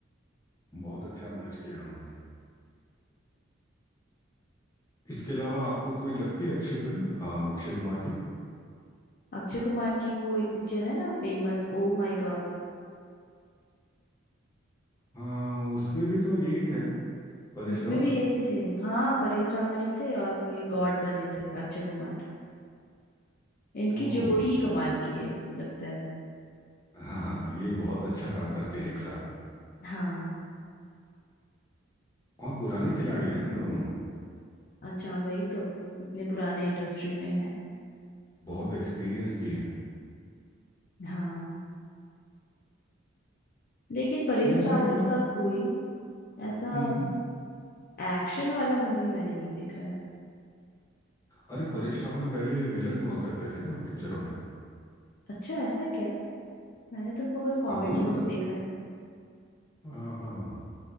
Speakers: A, on the left; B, on the left.
A: बहुत अच्छा मर्ज किया उन्होंने इसके अलावा आपको कोई लगती है अच्छी फिल्म अ, अक्षय कुमार की
B: अक्षय कुमार की वो एक पिक्चर है ना फेमस ओ माय गॉड
A: हाँ उसमें भी तो यही थे ना परेश
B: उसमें
A: रावल
B: भी यही थे हाँ परेश रावल ही थे और ये गॉड बने थे अक्षय कुमार इनकी
A: ओह
B: जोड़ी ही कमाल की है लगता है
A: हाँ हाँ ये बहुत अच्छा काम करते हैं एक साथ
B: हाँ
A: और पुराने खिलाड़ी है ना दोनों
B: अच्छा वही तो इतने पुराने इंडस्ट्री में है
A: बहुत एक्सपीरियंस्ड भी हैं
B: हाँ लेकिन परेश
A: ओ माय
B: रावल
A: गॉड
B: का
A: का
B: कोई ऐसा
A: हम्म
B: एक्शन वाला मूवी मैंने नहीं देखा है
A: अरे परेश रावल पहले विलन हुआ करते थे ना पिक्चरों में
B: अच्छा ऐसा क्या मैंने तुमको बस कॉमेडी
A: आपको नहीं पता
B: में देखा है
A: हाँ